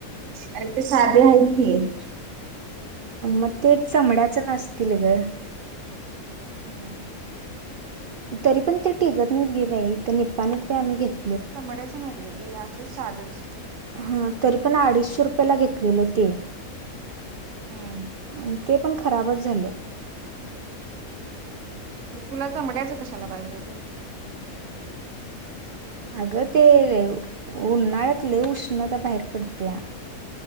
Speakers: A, on the right; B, on the right.
A: अरे ते साधे आहेत क
B: मग ते चमड्याच नसतील ग.
A: हम्म.
B: तरी पण ते टिकगत नाहीत घे बा इथ निपपा प आम्ही घेत.
A: समायचं नाही तेे असं साधच.
B: हा तरी पण अडीचशे रुपयाला घेतलेल ते
A: हम.
B: आणि ते पण खराबच झालं.
A: मग तुला चमड्याचं कशाला पाहिजे होत.
B: अगं ते, उन्हाळ्यात लई उष्णता बाहेर पडत्या.